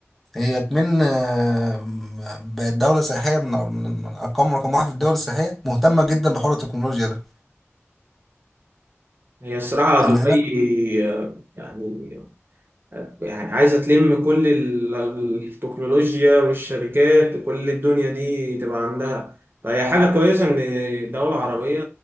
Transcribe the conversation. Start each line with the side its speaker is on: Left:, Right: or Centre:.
Centre: هي كمان آه، بقت دوله سياحيه من من من ارقام رقم واحد في الدول السياحيه مهتمه جدا بحوار التكنولوجيا ده
Right: هي الصراحه
Centre: ان
Right: دبي
Centre: هناك
Right: آه، يعني يعني عايزه تلم كل ال- التكنولوجيا والشركات وكل الدنيا دي تبقى عندها فهي حاجه كويسه ان دوله عربيه